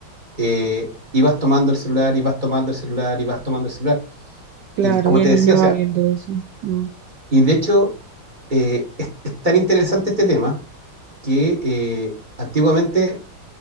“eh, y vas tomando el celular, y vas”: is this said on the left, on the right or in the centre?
Right